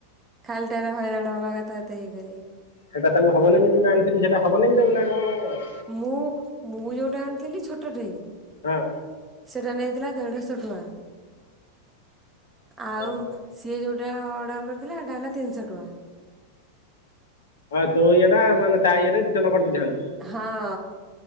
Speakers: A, on the right (about 20°); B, on the left (about 65°).
A: ଖାଲିଟାରେ ହଇରାଣ ହବା କଥା ତ ଇ କରି।
B: ସେଇଟା ତାକୁ ହବନାଇଁ ଯଉଟା ଆଣିଥିଲ ସେଟା ହବନାଇଁ ତାକୁ ନା କଣ।
A: ମୁଁ ମୁଁ ଯୋଉଟା ଆଣିଥିଲି ଛୋଟଟେ।
B: ହଁ
A: ସେଟା ନେଇଥିଲା ଦେଢଶହ ଟଙ୍କା ଆଉ।
B: ହଁ ହଁ।
A: ସିଏ ଯେଉଁଟା ଅର୍ଡ଼ର କରିଥିଲା ସେଇଟା ହେଲା ତିନିଶହ ଟଙ୍କା।
B: ହଁ ତୋ ଇଏଟା ମାନେ ତା ଇଏରେ ରିଟର୍ଣ କରିଦେଇଥାନ୍ତୁ।
A: ହଁ